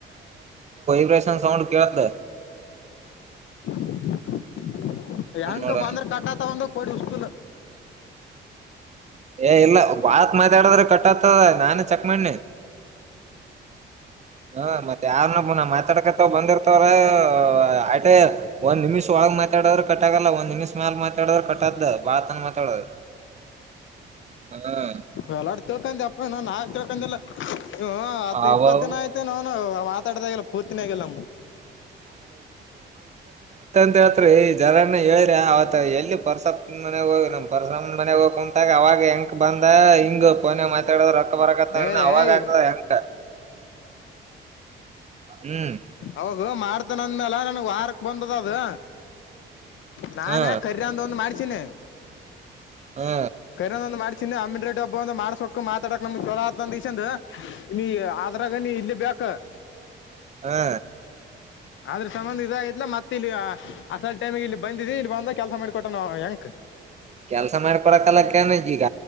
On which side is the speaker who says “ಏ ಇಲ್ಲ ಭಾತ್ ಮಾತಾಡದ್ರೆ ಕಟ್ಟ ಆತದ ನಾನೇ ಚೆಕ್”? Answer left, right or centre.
Right